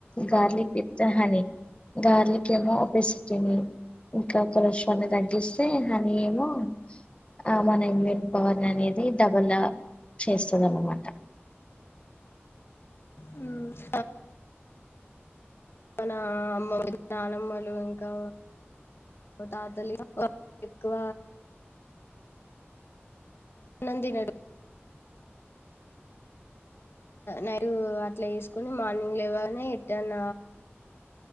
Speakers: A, on the left; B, on the left.
A: garlic with honey garlic ఏమో ఒపెసిటీని ఇంకా పషవాన్ని తగ్గిస్తే హనీ ఏమో ఆ మన ఇమ్యూన్ పవర్ ని అనేది డబ్బలా చేస్తున్నాం అనమాట
B: హ్మ్ మన అమ్మ మీద నానమ్మలు ఇంకా తాతలు ఎక్కువ ఆన్నం తినడుకు నైట్ అట్లా వేసుకుని మార్నింగ్లువనే ఎట్టన్